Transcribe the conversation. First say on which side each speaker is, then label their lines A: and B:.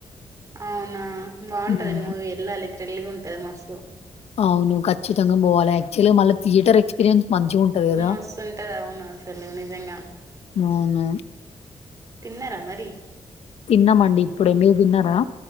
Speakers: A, on the right (about 35°); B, on the left (about 85°).
A: అవునా బాగుంటది
B: ఉమ్,
A: మూవీ వెళ్ళాలి థ్రిల్ గా ఉంటది మస్తు
B: అవును ఖచ్చితంగా పోవాలి యాక్చువల్ మళ్ళీ థియేటర్ ఎక్స్పీరియన్స్ మంచిగా ఉంటది కదా
A: మస్తు ఉంటది అవును అసలు నిజంగా
B: అవును
A: తిన్నరా మరి
B: తిన్నామండి ఇప్పుడే మీరు తిన్నారా